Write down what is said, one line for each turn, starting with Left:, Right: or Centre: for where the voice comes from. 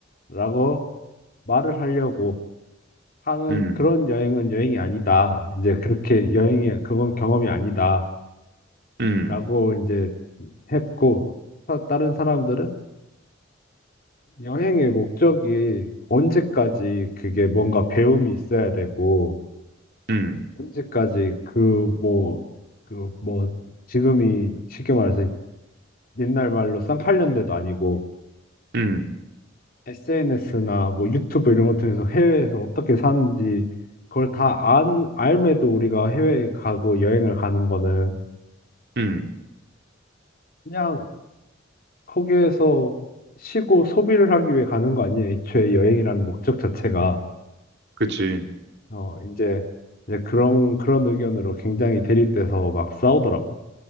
Left: 라고 말을 하려고 하는
Right: 음,
Left: 그런 여행은 여행이 아니다. 이제 그렇게 여행이, 그건 경험이 아니다.
Right: 음,
Left: 라고 이제 했고, 사- 다른 사람들은 여행의 목적이 언제까지 그게 뭔가 배움이 있어야 되고,
Right: 음,
Left: 언제까지 그 뭐 그 뭐 지금이 쉽게 말해서 옛날 말로 쌍팔년 대도 아니고
Right: 음,
Left: SNS나 뭐 유튜브 이런 것 통해서 해외에서 어떻게 사는지 그걸 다 안, 알매도 우리가 해외에 가고 여행을 가는 거는
Right: 음.
Left: 그냥 거기에서 쉬고 소비를 하기 위해 가는 거 아니에요. 애초에 여행이라는 목적 자체가
Right: 그치.
Left: 어 이제 이제 그런 그런 의견으로 굉장히 대립돼서 막 싸우더라고.